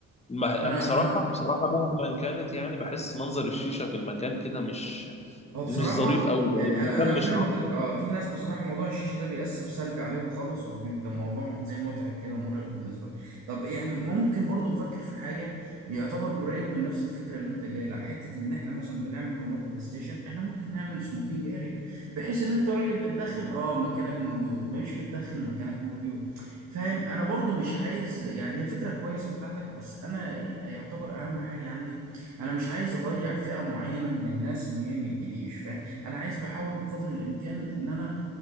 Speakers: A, on the left; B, on the right.
A: ما-
B: انا
A: أنا بصراحة
B: انا
A: بصراحة مهما كانت يعني بحس منظر الشيشة في المكان كده مش
B: هو بصراحة
A: مش ظريف قوي يعني
B: يعني
A: المكان
B: أنا أنا
A: مش
B: فهمتك
A: راقي
B: أه في ناس بصراحة موضوع الشيشة ده بيأثر سلبي عليهم خالص وبيبقى موضوع زي متعب كده ومرهق بالنسبة لهم طب يعني ممكن برضو نفكر في حاجة يعتبر قريب من نفس الفكرة اللي أنت جاي لها حتة إن إحنا مثلا بنعمل رومات بلاي ستيشن إحنا ممكن نعمل سموكينج أريا بحيث إن أنت راجل بتدخن أه مكانك موجود مش بتدخن مكانك موجود فاهم أنا برضو مش عايز يعني هي فكرة كويسة بتاعتك بس أنا يعتبر أهم حاجة عندي انا مش عايز اضيع فئة معينة من الناس ان هي ما تجيليش فاهم انا عايز بحاول بقدر الامكان ان انا